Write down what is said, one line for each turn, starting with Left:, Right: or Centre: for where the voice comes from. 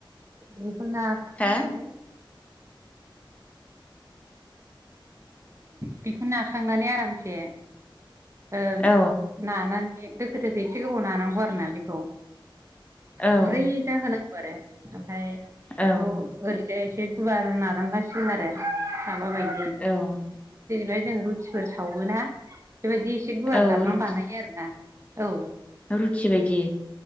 Right: बेखौ नाखांनानै
Left: हा
Right: बेखौ नाखांनानै आरामसे ओ
Left: औ
Right: नानानै दोखो दोखो एसे गोबाव नानांगौ आरोना बेखौ
Left: औ
Right: गुरै होनांगौ आरो ओमफ्राय
Left: औ
Right: बेखौ ओरैजाय एसे गुवार नादामलासिगोन आरो माबा बायदि
Left: औ
Right: जेनेबा जों रुटिफोर सावोना बेबायदि एसे गुवार
Left: औ
Right: दाबलां
Left: रुथि
Right: बानायो आरोना औ
Left: रुथि बायदि